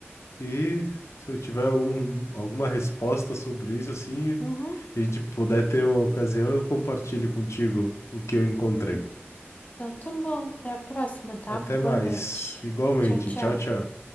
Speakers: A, on the left (about 90°); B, on the left (about 30°).
A: E se eu tiver algum, alguma resposta sobre isso, assim,
B: Uhum.
A: e a gente puder ter uma ocasião, eu compartilho contigo o que eu encontrei.
B: Então tá bom. Até a próxima, tá?
A: Até
B: Boa
A: mais.
B: noite.
A: Igualmente.
B: Tchau, tchau.
A: Tchau, tchau.